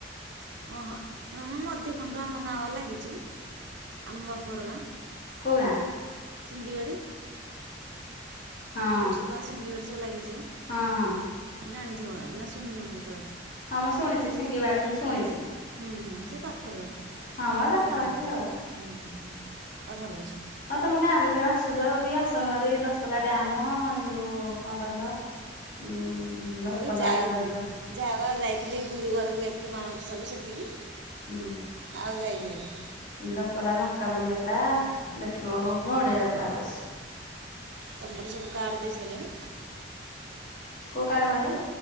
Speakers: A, on the right; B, on the left.
A: ଓହୋ ତମ ମଧ୍ୟଖଣ୍ଡ ଆମ ଗାଁ ବା ଲାଗିଚି ଆମ ବାପଘର ଗାଁ।
B: କୋଉ ଗାଁ?
A: ସିଙ୍ଗିଆଡ଼ି।
B: ହଁ
A: କୁସ୍କା ସିଙ୍ଗିଆଡ଼ି ସବୁ ଲାଗିଚି ବା
B: ହଁ ହଁ
A: ଜାଣିଥିବ ନାଁ ଶୁଣିନ କେତୋଳେ?
B: ହଁ ମୁଁ ଶୁଣିଚି ସିଙ୍ଗିବାଡି଼ ଶୁଣିଚି।
A: ହୁଁ ହୁଁ ସେଇ ପାଖରେ ବା
B: ମ ଏଇ
A: ପାଖାପାଖି
B: ଆଉ
A: ହୁଁ ହୁଁ ପାଖାପାଖି ସବୁ।
B: ହଁ ତମ ଗାଁକୁ ଯେତେବେଳେ ଆସୁଛ ବି ଆସୁନ ହେରି ଦଶପଲ୍ଲା ଡ୍ୟାମ ଅ ଯୋଉ କଣ କହିଲ ଉଁ ଦଶପଲ୍ଲା
A: ମୁଁ ଏବେ ଯାଇନି
B: ର ଯୋଉ
A: ଯାହା ଯାଇଥିଲି ଗୁରୁବାର କୁ ଯାଇଥିଲି ମାଣବସାକୁ ସେତିକି
B: ଉଁ
A: ଆଉ ଯାଇନି ଏବେ।
B: ଦଶପଲ୍ଲା ଲଙ୍କା ପୁଡି ଯାତ୍ରା ଦେଖିବ ବଢ଼ିଆ ଯାତ୍ରା ହଉଛି।
A: ତମପଟେ ସବୁ କାର୍ଡ ଦେଇ ସାରିଲେଣି।
B: କୋଉ କାର୍ଡ କହିଲ।